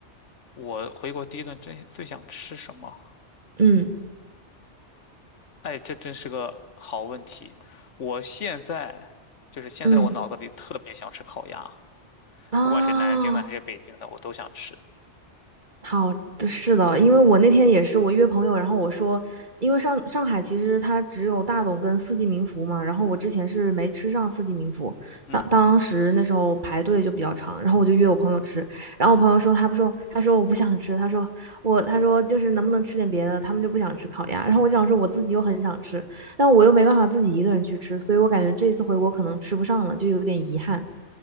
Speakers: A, on the left; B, on the right.
A: 我回国第一顿真最想吃什么？
B: 嗯
A: 哎，这真是个好问题。我现在就是现在，
B: 嗯
A: 我脑子里特别想吃烤鸭，
B: 啊。
A: 不管是南京的还是北京的，我都想吃。
B: 好，是的，因为我那天也是，我约朋友，然后我说，因为上上海其实它只有大董跟四季民福嘛，然后我之前是没吃上四季民福，
A: 嗯。
B: 当当时那时候排队就比较长，然后我就约我朋友吃，然后我朋友说他不说，他说我不想吃，他说我他说就是能不能吃点别的，他们就不想吃烤鸭，然后我想说我自己又很想吃，但我又没办法自己一个人去吃，所以我感觉这一次回国可能吃不上了，就有点遗憾，